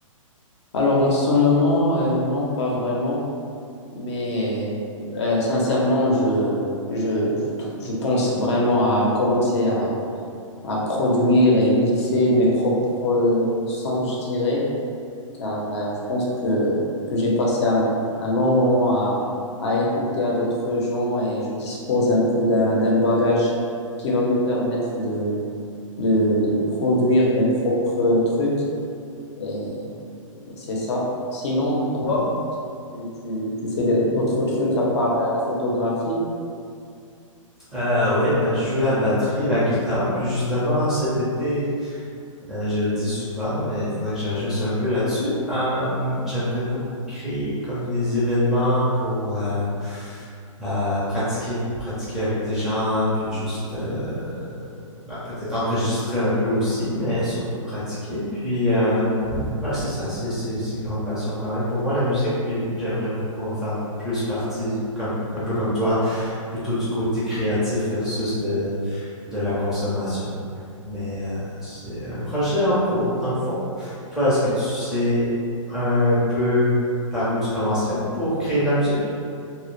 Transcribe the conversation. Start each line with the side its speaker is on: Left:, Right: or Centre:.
Left: Alors en ce moment, euh, non, pas vraiment, mais euh, sincèrement, je, je, je, tr- je pense vraiment à commencer à, à produire et mixer mes propres sons, je dirais, car euh, je pense que, que j'ai passé un, un long moment à, à écouter à d'autres gens et je dispose un peu d'un, d'un bagage qui va me permettre de, de, de produire mes propres trucs et c'est ça. Sinon, et toi,
Centre: Ouais.
Left: tu, tu, tu fais d'autres trucs à part euh, la photographie?
Centre: Euh, oui, ben, je joue la batterie et la guitare. Puis justement, cet été, Euh, je le dis souvent, mais il faudrait que j'ajuste un peu là-dessus. Euh, j'aimerais beaucoup créer comme des événements pour euh, euh, pratiquer, pratiquer avec des gens, puis juste euh, ben, peut-être enregistrer un peu aussi, mais surtout pratiquer. Puis euh, ben, c'est ça, c'est, c'est, c'est une grande passion quand même pour moi, la musique, puis j'aimerais beaucoup en faire plus partie, comme, un peu comme toi, plutôt du côté créatif versus de de la consommation. Mais euh, c'est un projet en cours, dans le fond. Toi, est-ce que tu sais un peu par où tu commencerais pour créer de la musique?